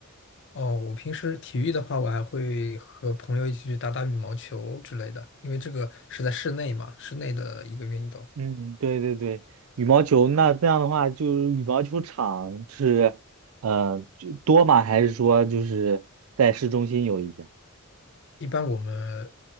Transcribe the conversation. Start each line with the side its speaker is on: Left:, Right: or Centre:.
Left: 哦，我平时体育的话，我还会和朋友一起去打打羽毛球之类的，因为这个是在室内嘛，室内的一个运动。
Right: 嗯，对对对，羽毛球那那样的话，就是羽毛球场是，呃，就多吗？还是说就是在市中心有一家？
Left: 一般我们，